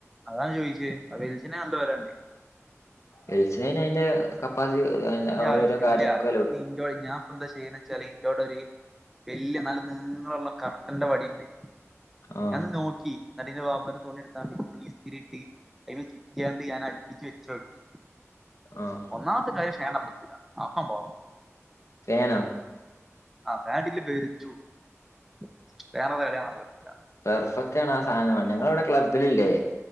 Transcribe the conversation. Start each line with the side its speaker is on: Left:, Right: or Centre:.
Centre: അതാ ചോയിച്ചേ <unintelligible> വരാണ്ട്
Left: വെലിച്ചനേ അയിന്റെ കപ്പാസിറ്റി
Centre: അതിന്റെ
Left: ഓരോരോ
Centre: ആവശ്യമില്ല
Left: കാര്യങ്ങൾക്കും വെല കുടും.
Centre: <unintelligible> ഞാൻ ഇപ്പോ എന്താ ചെയ്യണേ വച്ചാല് ഇന്നോട് ഒര് വല്യ നല്ല നിളള്ള കർട്ടന്റെ വടിണ്ട്.
Left: ആഹ്
Centre: ഞാൻ നോക്കി അതിന്ന് വാപ്പാന്റെ തുണിയെടുത്ത് ആദ്യം ഫുൾ ഇസ്തിരി ഇട്ട് അയില് ചുറ്റിയാണ്ട് ഞാൻ അടുപ്പിച്ച് വെച്ച് നോക്കി.
Left: ആഹ്
Centre: ഒന്നാമത്തെ കാര്യം <unintelligible> പറ്റില്ല അപ്പം പോണം
Left: ഫാനോ
Centre: ആ ഫാനിട്ടില്ലേ പെരുചൂടും. <unintelligible>
Left: പെർഫെക്റ്റ് ആണ് ആ സാധനം നിങ്ങളെ അവിടെ ക്ലബ്ബിൽ ഇല്ലേ